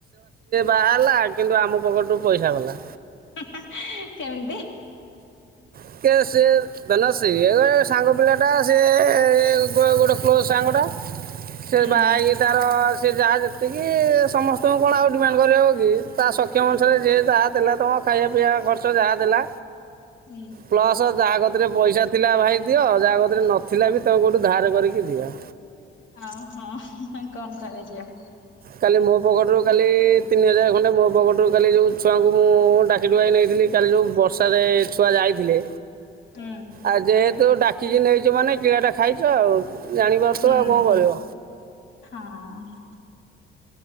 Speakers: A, on the right (about 45°); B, on the left (about 65°).
A: ବାହା ହେଲା କିନ୍ତୁ ଆମ ପକେଟ ରୁ ପଇସା ଗଲା
B: ହଁ ହଁ କେମିତି।
A: <unintelligible> ଧନ ଇଏ ସାଙ୍ଗ ପିଲା ଟା ସିଏ ଗୋଟେ କ୍ଲୋଜ ସାଙ୍ଗଟା। ସେ
B: ହୁଁ
A: ବାହା ହେଇକି ତାର ସେ ଯାହା ଯେତିକି ସମସ୍ତଙ୍କୁ କଣ ଆଉ ଡିମାଣ୍ଡ କରିହବ କି ତା ସକ୍ଷ। ସକ୍ଷମ ଅନୁସାରେ ଯିଏ ଯାହା ଦେଲା ତୁମ ଖାଇବା ପିଇବା ଖର୍ଚ୍ଚ ଯାହା ଦେଲା।
B: ହୁଁ।
A: ପ୍ଲସ୍ ଯାହା କତିରେ ପଇସା ଥିଲା ଭାଇ ଦିଅ ଯାହା ଗତିରେ ନଥିଲା ବି ତମେ କେଉଁଠୁ ଧାର କରିକି ଦିଅ।
B: ଆଉ ହଁ କଣ କରାଯିବ।
A: କାଲି ମୋ ପଜେଟରୁ କାଲି ତିନି ହଜାର ଖଣ୍ଡେ ମୋ ପକେଟରୁ କାଲି ଯେଉଁ ଛୁଆଙ୍କୁ ମୁଁ ଡାକି ଡୁକାଇ ନେଇଥିଲି। କାଲି ଯୋଉ ବର୍ଷାରେ ଛୁଆ ଯାଇଥିଲେ।
B: ହୁଁ।
A: ଆଉ ଯେହେତୁ ଡାକିକି ନେଇଛ ମାନେ କିଳା ଟା ଖାଇଛ ଆଉ ଜାଣିପାରୁ
B: ହୁଁ
A: ଥିବ ଆଉ କ ଣ କରିବ।
B: ହଁ।